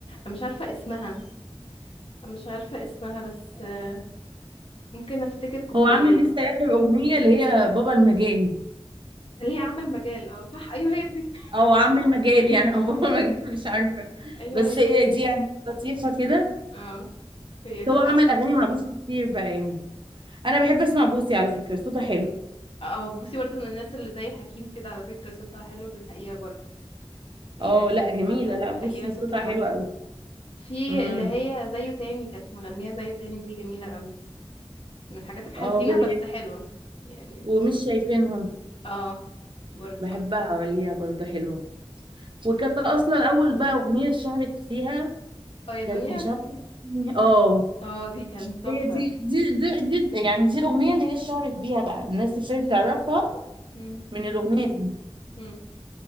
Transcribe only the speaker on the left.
مش عارفه اسمها انا مش عارفه اسمها بس آه، ممكن افتكر كوبليه
اللي هي عامة المجال اه صح ايوه هي دي
ايوه
هي
ايوه
هي
دي
اه هي
دي
صح
اه بوسي برضه من الناس اللي زي حكيم كده على فكرة صوتها حلو في الحقيقة برضه يعني
أنا سمعتها
في الحقيقة
صوتها
تحفة
في
اللي هي زيه تاني كانت مغنية زيه تاني دي جميلة قوي من الحاجات الحزينة
بس حلوة يعني
اه برضه
اه يا دنيا
اه دي كانت تحفة
مم.
مم.